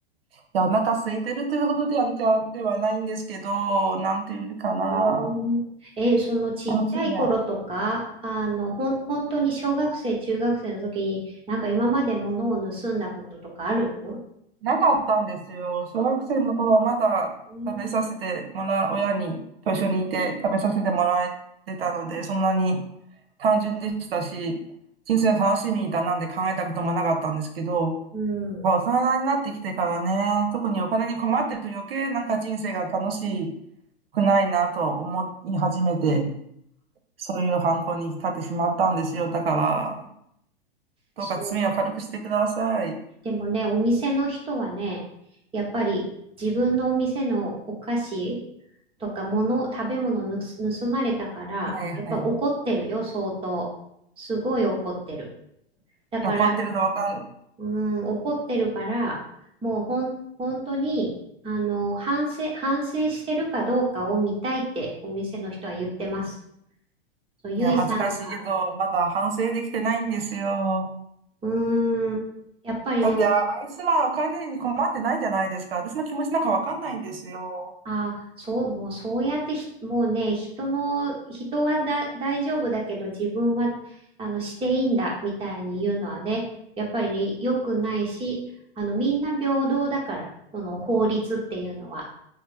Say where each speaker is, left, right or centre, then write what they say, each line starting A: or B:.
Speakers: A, on the right; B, on the right.
A: いや、お腹空いてるというほどでは、ではないんですけど、なんていうかな、
B: うーん。え、そのちっちゃい頃とか、
A: 楽しみは
B: あの、ほん、本当に小学生、中学生の時に、なんか今まで物を盗んだこととかあるの
A: なかったんですよ。小学生の頃はまだ食べさせてもらう、
B: うん。
A: 親にと一緒にいて食べさせてもらえてたので、そんなに単純でしたし、人生の楽しみだなんて考えたこともなかったんですけど、
B: うん。
A: まあ、大人になってきてからね、特にお金に困ってると余計なんか人生が楽しくないなと思い始めて、そういう犯行に立ってしまったんですよ。だから、どうか罪を軽くしてください。
B: そうか。でもね、お店の人はね、やっぱり自分のお店のお菓子とか物、食べ物ぬす盗まれたから、
A: はいはい。
B: やっぱ怒ってるよ、相当。すごい怒ってる。だから、
A: 怒ってるのわかる。
B: うーん、怒ってるから、もうほん、本当に、あの、反省、反省してるかどうかを見たいってお店の人は言ってます。そう、ゆいさんが、
A: いや、恥ずかしいけど、まだ反省できてないんですよ。
B: うーん、やっぱりね、
A: だって、ああいつらお金に困ってないじゃないですか。私の気持ちなんかわかんないんですよ。
B: あ、そう、もうそうやってひ、もうね、人の、人はだ、大丈夫だけど自分は、あの、していいんだ、みたいに言うのはね、やっぱりね、良くないし、あの、みんな平等だから、この法律っていうのは。